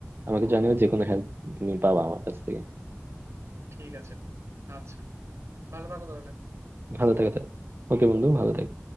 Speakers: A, on the right; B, on the right.
A: আমাকে জানিও যে কোনো হেল্প তুমি পাবা আমার কাছ থেকে
B: ঠিক আছে। আচ্ছা। ভালো থাকো তাহলে।
A: ভালো থাকো তাহলে। ওকে বন্ধু ভালো থাকো